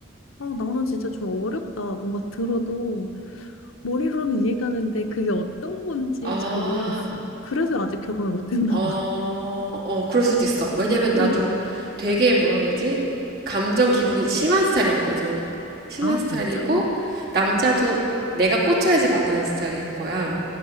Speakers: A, on the left; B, on the right.
A: 어, 나는 진짜 좀 어렵다. 뭔가 들어도 머리로는 이해가 되는데 그게 어떤 건지
B: 아.
A: 잘 모르겠어. 그래서 아직 결혼을 못 했나
B: 어,
A: 봐. <laughs>
B: 어, 그럴 수도 있어. 왜냐면 나도
A: 응, 응.
B: 되게 뭐라고 해야 되지? 감정 기복이 심한 스타일이었거든. 심한
A: 아,
B: 스타일이고,
A: 진짜?
B: 남자도
A: 어.
B: 내가 꽂혀야지 만나는 스타일인 거야.